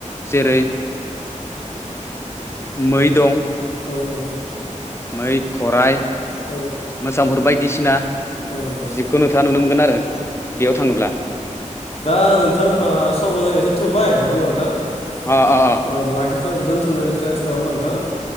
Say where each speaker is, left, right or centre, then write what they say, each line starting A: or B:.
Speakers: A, on the left (about 20°); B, on the left (about 50°).
A: जेरै मै दं
B: औ औ
A: मै खराइ
B: औ
A: मोसांफोर बायदिसिना
B: नोंथां
A: जिबखौ नुथा नुनो मोनगोन आरो बेयाव थाङोब्ला
B: दाओ नोंथां होमबा सबजों एसे थुबाय नङा मोनथां <unintelligible>
A: अ अ अ
B: अ लाखिथ' दोनथ'नो नसस नङा होमबा नोंथां